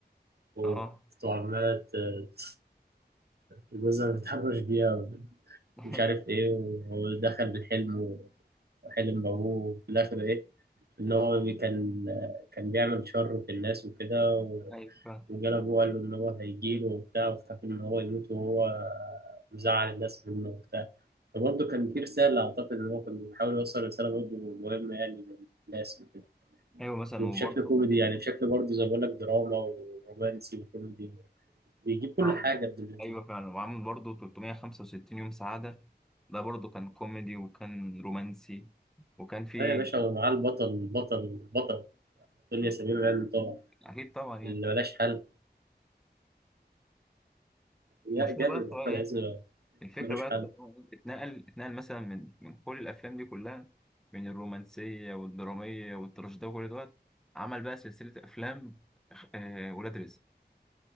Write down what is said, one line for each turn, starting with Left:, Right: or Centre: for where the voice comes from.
Right: وأخته
Centre: اه
Right: عمالة ت- جوزها متحرش بيها
Centre: <laughs>
Right: ومش عارف إيه وهو دخل بالحلم وحلم بأبوه وفي الآخر إيه إن هو بي- كان كان بيعمل شر في الناس وكده و-
Centre: ايوه فعلا.
Right: وجاله أبوه قال له إن هو هيجيله وبتاع وخاف إن هو يموت وهو مزعل الناس منه وبتاع فبرضه كان في رسالة أعتقد إن هو كان بيحاول يوصل رسالة برضه مهمة يعني للناس وكده.
Centre: ايوه مثلا
Right: وبشكل
Centre: وبرضه
Right: كوميدي يعني بشكل برضه زي ما بقول لك دراما ورومانسي وكوميدي بيجيب كل
Centre: عم-
Right: حاجة ابن الذين
Centre: ايوه فعلا وعامل برضه 365 يوم سعادة ده برضه كان كوميدي وكان رومانسي وكان فيه
Right: اه يا باشا ومعاه البطل البطل البطل دنيا سمير غانم طبعا
Centre: اكيد طبعا يعني
Right: اللي ملاش حل يا
Centre: المشكلة
Right: جامد
Centre: بقى في
Right: أحمد
Centre: إيه؟
Right: عز
Centre: الفكرة
Right: ملوش
Centre: بقى
Right: حل
Centre: بتاعت- اتنقل اتنقل مثلا من من كل الأفلام دي كلها من الرومانسية والدرامية والتراجيدية وكل دوت عمل بقى سلسلة أفلام آه ولاد رزق